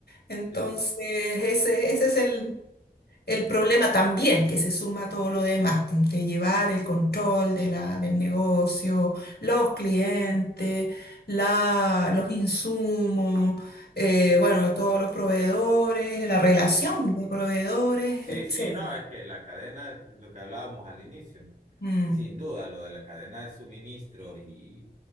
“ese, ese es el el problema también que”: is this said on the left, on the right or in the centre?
Left